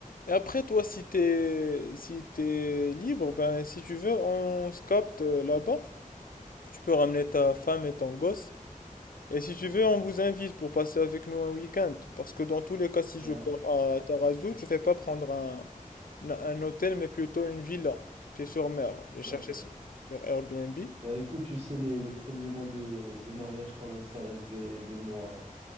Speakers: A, on the left (about 85°); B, on the right (about 45°).
A: Et après, toi, si t'es si t'es libre, ben si tu veux, on se capte euh, là-bas. Tu peux ramener ta femme et ton gosse. Et si tu veux, on vous invite pour passer avec nous un week-end. Parce que dans tous les cas, si
B: Ben,
A: je pars à Tarazout, je vais pas prendre un, un- un hôtel, mais plutôt une villa, pied sur mer. J'ai
B: d'accord.
A: chercher sur, sur Airbnb.
B: Ben, écoute, tu sais, les, les premiers mois de, de mariage, quand même, ça reste des, des mois.